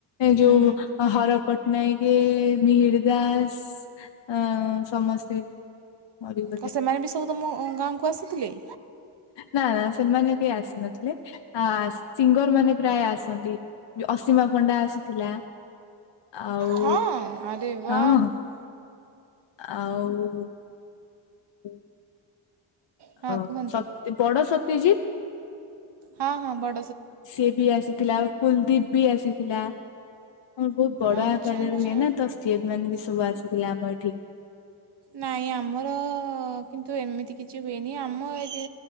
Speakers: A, on the left (about 60°); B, on the right (about 55°).
A: ଯୋଉ
B: ହୁଁ,
A: ହର ପଟ୍ଟନାୟକ ମିହିର ଦାସ ଆଁ ସମସ୍ତେ ମରିଗଲେଣି।
B: କ ସେମାନେ ବି ସବୁ ତ ଗାଁ କୁ ଆସିଥିଲେ?
A: ନା ନା ସେମାନେ କିଏ ଆସିନଥିଲେ ଆଁ ସିଙ୍ଗର ମାନେ ପ୍ରାୟ ଆସନ୍ତି ଅସୀମା ପଣ୍ଡା ଆସିଥିଲା। ଆଉ
B: ହଁ ଆରେ ବା
A: ହଁ ଆଉ ହୁଁ।
B: ହଁ
A: ଅ
B: କୁହନ୍ତୁ
A: ସତ୍ ବଡ଼ ସତ୍ ଟିଜିତ
B: ହଁ ହଁ ବ
A: ସିଏ ବି ଆସିଥିଲା କୁଲଦୀପ୍ ବି ଆସିଥିଲା ହଁ ବହୁତ ବଡ
B: ଆଚ୍ଛା
A: ଆକାରରେ
B: ଆଚ୍ଛା
A: ରୁହେ ନା ତ ସିଏ ବି ମାନେ ବି ସବୁ ଆସିଥିଲା ଆମ ଏଠି ଠିକ।
B: ନାଇଁ ଆମର କିନ୍ତୁ ଏମିତି କିଛି ହୁଏନି। ଆମ ଏଦି